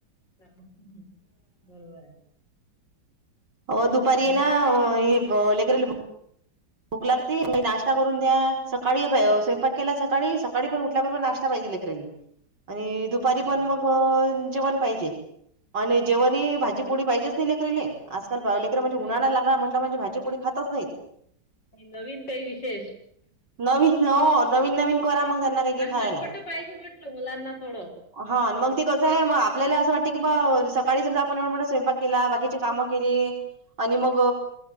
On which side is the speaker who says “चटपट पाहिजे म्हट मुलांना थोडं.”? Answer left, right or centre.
Left